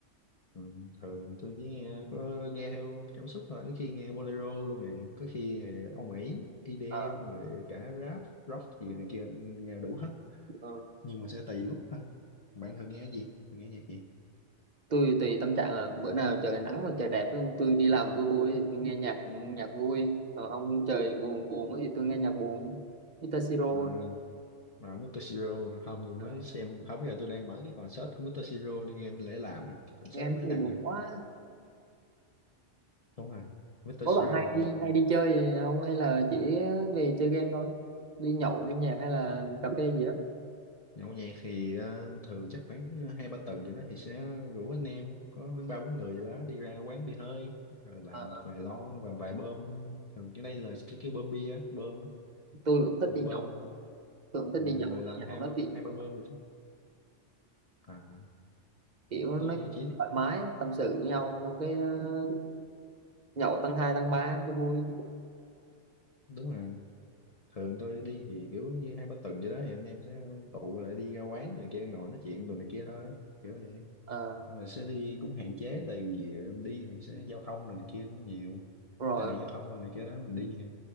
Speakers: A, on the left; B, on the right.
A: Ừ, thường tôi chỉ nghe có nghe theo cảm xúc thôi có khi nghe bolero luôn nè có khi thì Âu Mỹ EDM
B: à,
A: rồi cả rap rock gì này kia nghe đủ hết
B: ừ.
A: nhưng mà sẽ tùy lúc ha bạn thường nghe cái gì thường nghe nhạc gì
B: tôi tùy tâm trạng là bữa nào trời nắng mà trời đẹp tôi đi làm vui vui thì tôi nghe nhạc nhạc vui còn không trời buồn buồn thì tôi nghe nhạc buồn Mr. Siro
A: à mà Mr. Siro không tôi mới
B: Ờ,
A: xem không giờ tôi đang mở cái concert của Mr. Siro nên nghe lễ làm à. concert
B: nghe nó
A: mới
B: thì
A: đăng
B: buồn
A: nè
B: quá
A: đúng rồi Mr.
B: có
A: Siro
B: bạn hay
A: hầu
B: đi
A: như
B: hay đi chơi gì không hay là chỉ về chơi game thôi đi nhậu đi nhạc hay là cà phê gì đó
A: nhậu nhẹt thì ờ, thường chắc khoảng ờ, hai ba tuần vậy đó thì sẽ rủ anh em có khoảng ba bốn người gì đó đi ra quán bia hơi rồi làm
B: Ờ,
A: vài lon và vài bơm thường cái đây là cái cái bơm bia á, bơm á.
B: tôi cũng thích
A: một
B: đi nhậu
A: bơm
B: tôi cũng thích
A: ừ,
B: đi
A: người
B: nhậu
A: làm
B: nhậu
A: hai
B: nói
A: bơm
B: chuyện
A: hai ba bơm vậy đó à
B: kiểu
A: tới
B: nói
A: thì
B: chuyện
A: chỉ
B: thoải mái tâm sự với nhau xong cái ờ, nhậu tăng hai tăng ba cho vui
A: đúng rồi thường tôi đi thì kiểu như hai ba tuần vậy đó thì anh em sẽ tụ lại đi ra quán này kia ngồi nói chuyện đồ này kia thôi kiểu vậy
B: Ờ,
A: nhưng mà sẽ đi cũng hạn chế tại vì đi thì sẽ giao thông rồi này kia cũng nhiều
B: rồi
A: tai nạn giao thông rồi này kia đó mình đi thì